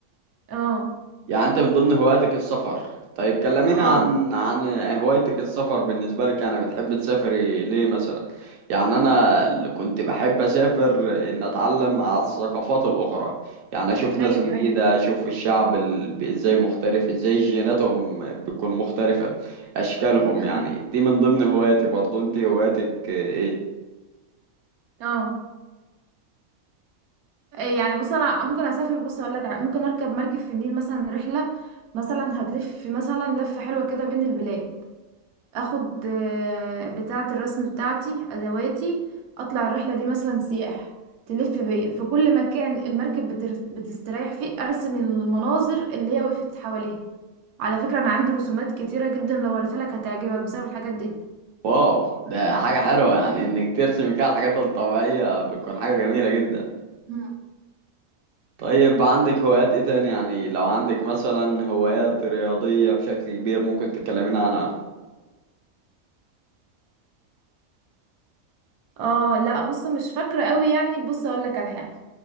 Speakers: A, on the right; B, on the right.
A: اه
B: يعني انت من ضمن هواياتك السفر طيب كلميني
A: اه
B: عن عن هوايتك السفر بالنسبة لك يعني بتحب تسافري ليه مثلا يعني انا ال- كنت بحب اسافر ان اتعلم على الثقافات الاخرى يعني اشوف ناس
A: ايوه
B: جديدة
A: ايوه
B: اشوف الشعب ال- ب- ازاي مختلف ازاي جيناتهم بتكون مختلفة اشكالهم
A: أمم،
B: يعني دي من ضمن هواياتي برضو انت هواياتك ايه
A: اه إيه يعني بص انا ممكن اسافر بص اقول لك ممكن اركب مركب في النيل مثلا رحله مثلا هتلف مثلا لفه حلوه كده بين البلاد اخد آه، بتاعه الرسم بتاعتي ادواتي اطلع الرحله دي مثلا سياح تلف بيا في كل مكان المركب بتر- بتستريح فيه ارسم المناظر اللي هي وقفت حواليها على فكره انا عندي رسومات كتيره جدا لو وريتها لك هتعجبك بسبب الحاجات دي
B: واو ده حاجة حلوة يعني انك ترسمي كده الحاجات الطبيعية بتكون حاجة جميلة جدا
A: مم.
B: طيب عندك هوايات ايه تاني يعني لو عندك مثلا هوايات رياضية بشكل كبير ممكن تكلمينا عنها
A: اه لا بص مش فاكره قوي يعني بص اقول لك على حاجه